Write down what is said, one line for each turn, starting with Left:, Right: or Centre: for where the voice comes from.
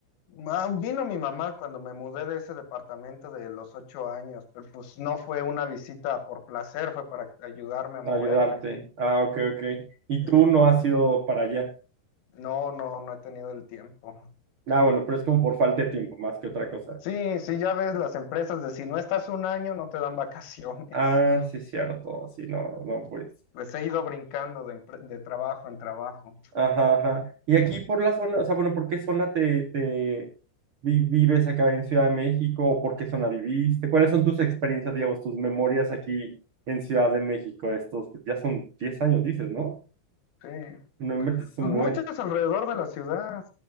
Left: Ma- Vino mi mamá cuando me mudé de ese departamento de los ocho años, pero pues no fue una visita por placer, fue para ayudarme a moverme.
Right: a ayudarte. Ah, ok, ok. Y
Left: Sí.
Right: tú no has ido para allá.
Left: No, no, no he tenido el tiempo.
Right: Ah, bueno, pero es como por falta de tiempo, más que otra cosa.
Left: Sí, sí, ya ves las empresas de si no estás un año no te dan vacaciones.
Right: Ah, sí, cierto. Sí, no, no, pues.
Left: Pues he ido brincando de, empre- de trabajo en trabajo.
Right: Ajá, ajá. Y aquí por la zona, o sea, bueno, ¿por qué zona te, te vi- vives acá en Ciudad de México? ¿O por qué zona viviste? ¿Cuáles son tus experiencias, digamos, tus memorias aquí en Ciudad de México? Estos, pues, ya son 10 años, dices, ¿no?
Left: Sí,
Right: No inventes, es
Left: pues
Right: un buen.
Left: muchas alrededor de la ciudad,